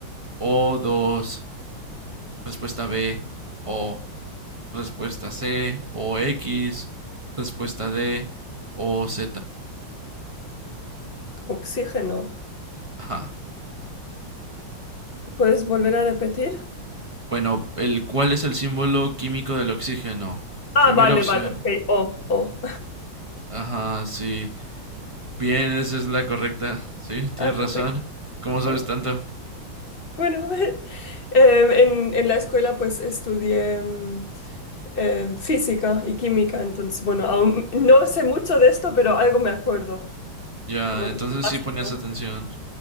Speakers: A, on the right; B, on the left.
A: o dos. respuesta B, O, respuesta C, O x. respuesta D, O OZ.
B: Oxígeno.
A: Ajá.
B: ¿Puedes volver a repetir?
A: Bueno, el, ¿cuál es el símbolo químico del oxígeno?
B: Ah,
A: Primera
B: vale,
A: opción,
B: vale, ok. Oh, oh.
A: Ajá, sí. Bien, esa es la correcta. Sí, tienes
B: Ah,
A: razón.
B: perfecto.
A: ¿Cómo sabes
B: Eh,
A: tanto?
B: Bueno, <laughs> em, en, en la escuela pues estudié mm, em, física y química, entonces, bueno, aún no sé mucho de esto, pero algo me acuerdo,
A: Ya,
B: como de
A: entonces
B: lo básico.
A: sí ponías atención.